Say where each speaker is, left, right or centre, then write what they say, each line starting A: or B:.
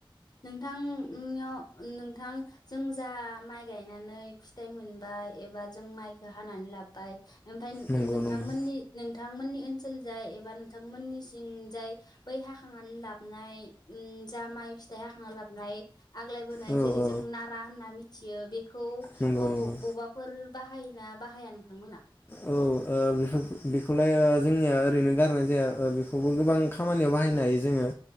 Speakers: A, on the left; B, on the left.
A: नोंथांनियाव नोंथां जों जा माइ गायनानै फिथाइ मोनबाय एबा जों माइखो हानानै लाब्बाय ओमफाय
B: नंगौ
A: ओ नोंथांमोननि
B: नंगौ
A: नों थांमोननि ओनसोल जाय एबा नोंथांमोननि सिंजाय बै हाखांनानै लाबनाय उम जा माइ फिथाइ हाखांना लाबनाय आग्लाय बोनाय
B: औ
A: जेरै
B: औ
A: जों नारा होनना मिथि थियो बे खौ
B: नंगौ
A: औ
B: नंगौ
A: बबाफोर बाहायोना बाहाया नोंथांमोना?
B: औ ओ बेफोरखो बेखौलाय ओ जोंनिया ओरैनो गारनाय जाया ओ बे <unintelligible> गोबां
A: औ
B: खामानियाव बाहायनो हायो। जोङो